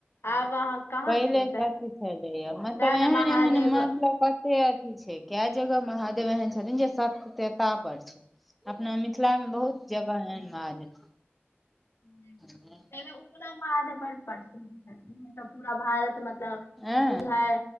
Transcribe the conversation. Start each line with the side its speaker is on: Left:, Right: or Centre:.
Left: आब अहाँ कहाँ
Centre: पहिले
Left: छियै
Centre: सत्य छलैएा। मतलब
Left: तें ने
Centre: एहन
Left: महादेव
Centre: एहन मतलब क सत अथी छै क जगह महादेव एहन छथिन जे सतता पर छै अपना मि मिथिला मे बहुत जगह ऐंन महादेव
Left: हुं
Centre: छथिन
Left: अई मे उगना माद ब प्रसिद्ध छथि। तऽ' पूरा भारत मत मतलब
Centre: ऐं
Left: बुझाय